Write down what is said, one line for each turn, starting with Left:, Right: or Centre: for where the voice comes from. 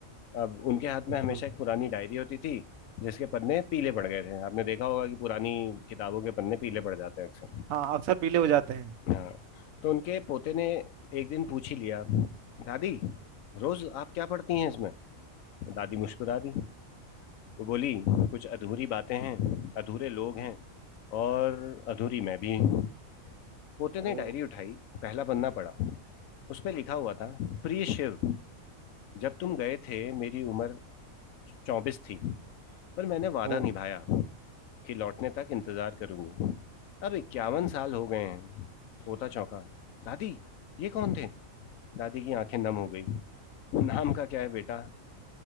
Left: अब उनके हाथ में
Right: बिल्कुल
Left: हमेशा एक पुरानी डायरी होती थी जिसके पन्ने पीले पड़ गए थे आपने देखा होगा कि पुरानी किताबों के पन्ने पीले पड़ जाते हैं अक्सर
Right: हाँ अक्सर पीले हो जाते हैं
Left: हाँ तो उनके पोते ने एक दिन पूछ ही लिया दादी रोज आप क्या पढ़ती हैं इसमें दादी मुस्कुरा दी वो बोली कुछ अधूरी बातें हैं अधूरे लोग हैं और अधूरी मैं भी हूँ। पोते
Right: ओ
Left: ने डायरी उठाई पहला पन्ना पढ़ा उस पर लिखा हुआ था प्रिय शिव जब तुम गए थे मेरी उम्र चौबीस थी पर मैंने वादा
Right: ओ
Left: निभाया कि लौटने तक इंतजार करूंगी अब इक्यावन साल हो गए हैं पोता चौंका दादी ये कौन थे दादी की आंखें नम हो गई नाम का क्या है बेटा